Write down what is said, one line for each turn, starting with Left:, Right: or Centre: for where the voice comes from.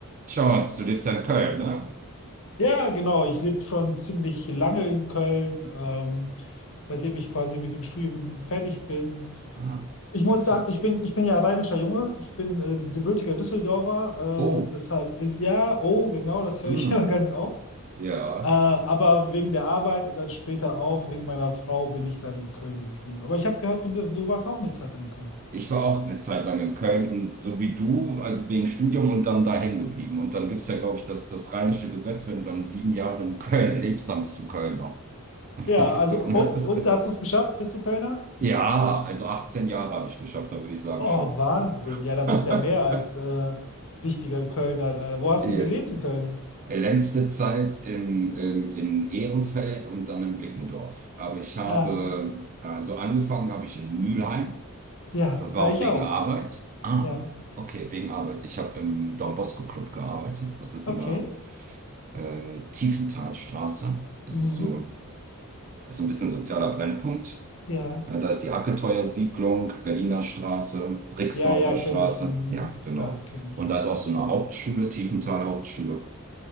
Right: Jones, du lebst ja in Köln, ne?
Left: Ja, genau. Ich lebe schon ziemlich lange in Köln, ähm, seitdem ich quasi mit dem Studium fertig bin.
Right: Ah,
Left: Ich muss
Right: ein Zu-
Left: sagen, ich bin, ich bin ja rheinischer Junge. Ich bin äh, gebürtiger Düsseldorfer.
Right: oh,
Left: Äh, deshalb ist, ja, oh, genau, das höre
Right: mm,
Left: ich <laughs> immer ganz oft.
Right: ja.
Left: Äh, aber wegen der Arbeit und dann später auch wegen meiner Frau bin ich dann in Köln geblieben. Aber ich habe gehört, du, du warst auch eine Zeit lang in Köln.
Right: Ich war auch eine Zeit lang in Köln und so wie du, also wegen Studium und dann da hängen geblieben. Und dann gibt es ja, glaube ich, das, das rheinische Gesetz, wenn du dann sieben Jahre in Köln lebst, dann bist du Kölner. <laughs>
Left: Ja,
Right: Ich
Left: also,
Right: meine,
Left: und,
Right: das-
Left: und hast du es geschafft? Bist du Kölner?
Right: Ja, also 18 Jahre habe ich geschafft, da würde ich sagen
Left: Oh,
Right: schon.
Left: Wahnsinn. Ja, dann bist du
Right: <laughs>
Left: ja mehr als äh, wichtiger Kölner da. Wo hast
Right: Die
Left: du denn gelebt in Köln?
Right: längste Zeit in, in, in Ehrenfeld und dann in Bickendorf. Aber ich habe,
Left: Ah,
Right: also angefangen habe ich in Mülheim.
Left: ja,
Right: Das war
Left: äh,
Right: auch
Left: ich
Right: wegen
Left: auch.
Right: Arbeit. Ah,
Left: Ja,
Right: okay, wegen Arbeit. Ich habe im Don Bosco Club gearbeitet. Das ist
Left: okay.
Right: in der äh, Tiefenthalstraße. Das
Left: Mhm.
Right: ist so, das ist so ein bisschen sozialer Brennpunkt.
Left: Ja,
Right: Äh, da ist die Hacketeuer-Siedlung, Berliner Straße, Rixdorfer
Left: ja, ja, kenne
Right: Straße.
Left: ich. Mhm.
Right: Ja, genau.
Left: Klar, kenne ich.
Right: Und da ist auch so eine Hauptschule, Tiefental-Hauptschule.